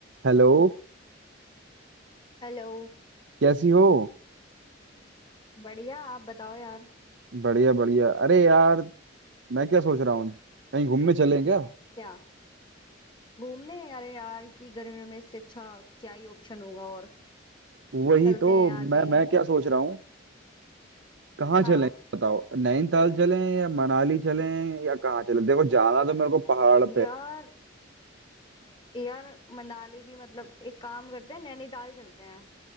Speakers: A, on the right; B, on the left.
A: Hello
B: हेलो
A: कैसी हो
B: बढ़िया आप बताओ यार
A: बढ़िया बढ़िया अरे यार मैं क्या सोच रहा हूँ कहीं घूमने चलें क्या
B: क्या घूमने अरे यार इतनी गर्मियों में इससे अच्छा क्या ही ऑप्शन होगा और
A: वही
B: चलते
A: तो
B: हैं यार कहीं
A: मैं मैं क्या सोच रहा हूँ कहाँ
B: हाँ
A: चलें बताओ नैनीताल चलें या मनाली चलें या कहाँ चलें देखो जाना तो मेरे को पहाड़ पे
B: यार
A: है।
B: यार मनाली भी मतलब एक काम करते हैं नैनीताल चलते हैं